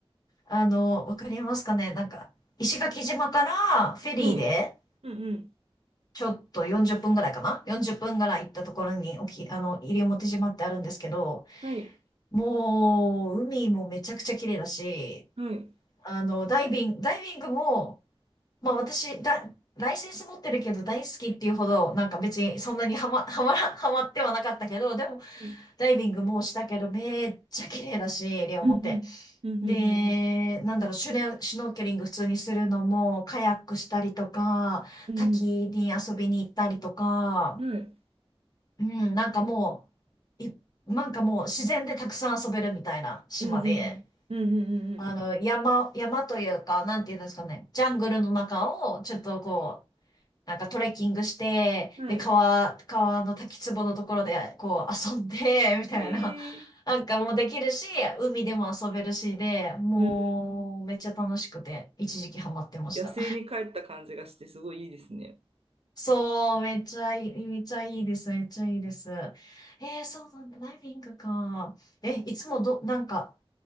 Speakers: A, on the left; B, on the right.
A: あの、わかりますかねなんか、石垣島からフェリーで、
B: はい、うんうん、
A: ちょっと40分ぐらいかな ?40 分ぐらい行ったところに、おき、あの、西表島ってあるんですけど、
B: はい、
A: もう、海もめちゃくちゃ綺麗だし、
B: はい、
A: あの、ダイビング、ダイビングも、まあ私、だ、ライセンス持ってるけど大好きっていうほど、なんか別にそんなにハマ、ハマら、ハマってはなかったけど、でも、
B: はい、うん
A: ダイビングもしたけど、めっちゃ綺麗だし、西表。
B: うん、うんうん
A: で、なんだろう、シュネ、シュノーケリング普通にするのも、カヤックしたりとか、
B: うんうん、
A: 滝に遊びに行ったりとか、
B: うんうん、はい、
A: うん、なんかもう、い、なんかもう自然でたくさん遊べるみたいな島で、
B: うんうんうん、うんうんうん
A: あの、山、山というか、なんていうんですかね、ジャングルの中をちょっとこう、なんかトレッキングして、
B: うん、
A: で、
B: はい。
A: 川、川の滝壺のところでこう遊んで、<laughs> みたいな、
B: ええ
A: なんかもうできるし、海でも遊べるしで、もうめっちゃ楽しくて、
B: うんうん
A: 一時期ハマってました。
B: 野生に帰った感じがしてすごいいいですね。
A: そう、めっちゃいい、めっちゃいいです、めっちゃいいです。えー、そうなんだ、ダイビングか。え、いつもど、なんか、